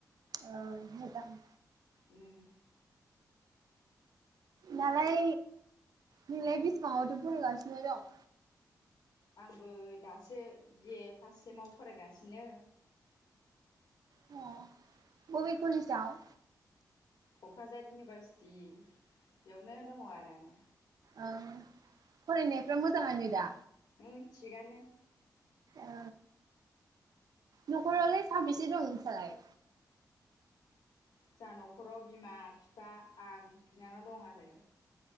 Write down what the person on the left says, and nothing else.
उम।
आंबो दासो बि ए फास्ट सेमाव फरायगासिनो।
क'क्राझार इउनिभारसिटि बेयावनो दङ आरो आं।
उम थिगानो।
जाहा न'खराव बिमा बिफा आं बिनानाव दं आरो।